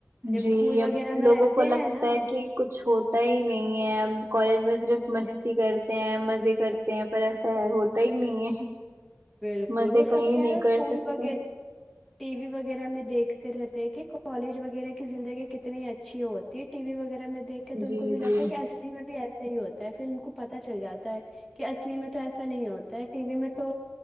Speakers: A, in the centre; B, on the right.
A: جب اسکول
B: جی
A: وغیرہ
B: اب
A: میں
B: لوگوں
A: رہتے
B: کو لگتا
A: ہیں نا
B: ہے کہ کچھ ہوتا ہی نہیں کالج میں صرف مستی کرتے ہیں مزے کرتے ہیں پر ایسا ہے ہوتا ہی نہیں ہے
A: بالکل
B: مزے
A: وہ
B: کہیں
A: سب کیا
B: نہیں
A: ہے اور
B: کر
A: فون
B: سکتے
A: و ٹی وی وغیرہ میں دیکھ رہتے ہیں کہ کالج وغیرہ کی زندگی کتنی اچھی ہوتی ہے ٹی وی وغیرہ میں دیکھیں تو ان
B: جی
A: کو بھی لگتا
B: جی
A: ہے کہ اصلی میں ایسا ہی ہوتا ہے پھر ان کو پتا چل جاتا ہے کہ ای اس میں تو ایسا نہیں ہوتا ہے ٹی وی میں تو